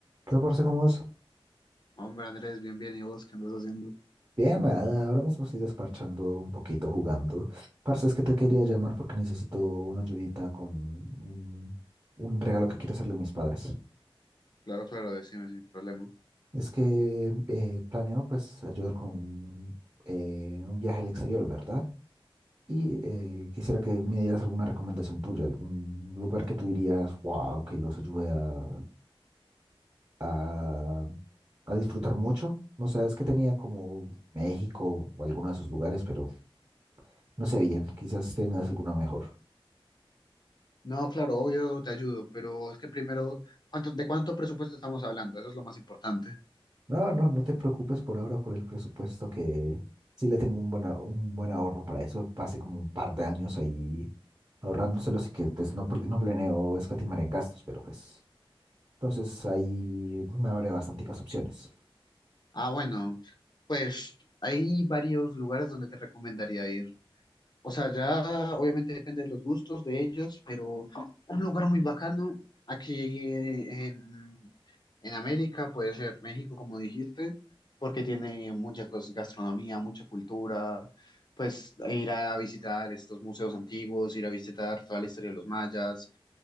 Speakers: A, on the right; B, on the left.
A: ¿Qué, parce, cómo es?
B: Hombre, Andrés, bien, bien, ¿y vos qué andas haciendo?
A: Bien, nada, ahora mismo estoy desparchando un poquito jugando. Parce, es que te quería llamar porque necesito una ayudita con un, un regalo que quiero hacerle a mis padres.
B: Claro, claro, decime sin problema.
A: Es que eh, planeo pues ayudar con eh, un viaje al exterior, ¿verdad? Y eh, quisiera que me dieras alguna recomendación tuya, algún lugar que tú dirías, wow, que los ayude a, a, a disfrutar mucho. No sé, es que tenía como México o alguno de esos lugares, pero... No sé bien, quizás tengas alguna mejor.
B: No, claro, obvio, te ayudo, pero es que primero, ¿cuánto, de cuánto presupuesto estamos hablando? Eso es lo más importante.
A: No, no, no te preocupes por ahora por el presupuesto que sí le tengo un buen, a- un buen ahorro para eso. Pasé como un par de años ahí ahorrándoselo, así que pues no, pl- no planeo escatimar en gastos, pero pues entonces ahí me abre bastanticas opciones.
B: Ah, bueno, pues hay varios lugares donde te recomendaría ir. O sea, ya obviamente depende de los gustos de ellos, pero un lugar muy bacano aquí eh, en, en América puede ser México, como dijiste, porque tiene mucha cos- gastronomía, mucha cultura, pues e ir a visitar estos museos antiguos, ir a visitar toda la historia de los mayas,